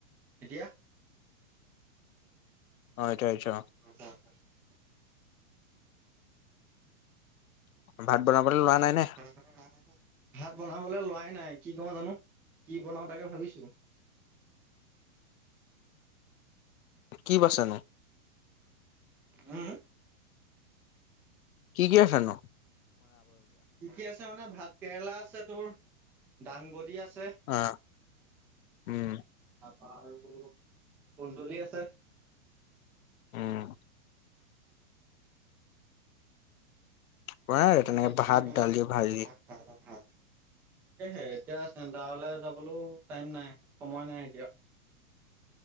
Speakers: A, in the centre; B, on the left.
A: এতিয়া
B: অ' এতিয়া আহিছে অ'।
A: <unintelligible>
B: ভাত বনাবলৈ লোৱা নাই নে?
A: <unintelligible> ভাত বনাবলৈ লোৱাই নাই কি কওৰো জানো কি বনাও জানো তাকে ভাবিছো।
B: কি বাছেনো।
A: <unintelligible> উম হম
B: কি কি ৰাখেনো?
A: কি কি আছে মানে ভাত কেৰেলা আছে তোৰ দাংবডি আছে
B: অ', উম।
A: তাৰপা আৰু কুন্দুলি আছে।
B: উম। বনাই তেনেকে
A: এতিয়া কি
B: ভাত
A: <unintelligible>
B: দালি ভাজি
A: তাকেহে এতিয়া চেণ্টাৰলৈ যাবলৈও টাইম নাই সময় নাই এতিয়া।